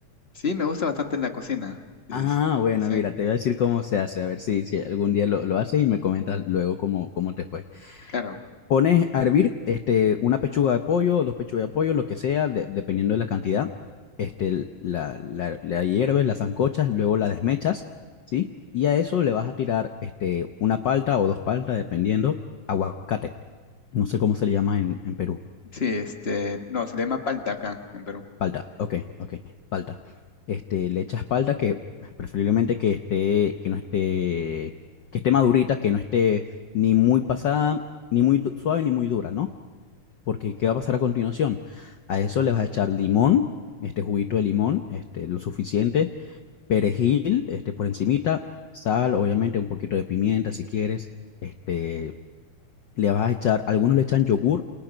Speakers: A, on the left; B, on the left.
A: Sí, me gusta bastante en la cocina. sí, Es-
B: Ah, bueno,
A: sí,
B: mira, te voy a decir cómo se hace, a ver si, si algún día lo, lo haces y me comentas luego cómo, cómo te fue.
A: claro.
B: Pones a hervir este, una pechuga de pollo, dos pechugas de pollo, lo que sea, de- dependiendo de la cantidad. Este, l- la, la, la hierves, la sancochas, luego la desmechas, ¿sí? Y a eso le vas a tirar este, una palta o dos paltas, dependiendo, aguacate. No sé cómo se le llama en, en Perú.
A: Sí, este, no, se le llama palta acá en Perú.
B: Palta, ok, ok, palta. Este, le echas palta que preferiblemente que esté, que no esté, que esté madurita, que no esté ni muy pasada, ni muy du- suave, ni muy dura, ¿no? Porque ¿qué va a pasar a continuación? A eso le vas a echar limón, este juguito de limón, este, lo suficiente, perejil, este, por encimita, sal, obviamente un poquito de pimienta si quieres, este, le vas a echar, algunos le echan yogur,